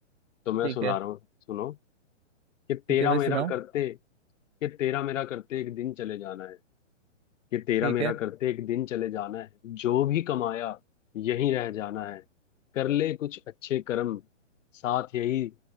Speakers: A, on the left; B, on the right.
A: तो मैं
B: ठीक
A: सुना
B: है
A: रहा हूँ सुनो कि तेरा
B: ठीक है भाई
A: मेरा
B: सुनाओ
A: करते कि तेरा मेरा करते एक दिन चले जाना है कि तेरा
B: ठीक
A: मेरा
B: है
A: करते एक दिन चले जाना है जो भी कमाया यहीं रह जाना है कर ले कुछ अच्छे कर्म साथ यही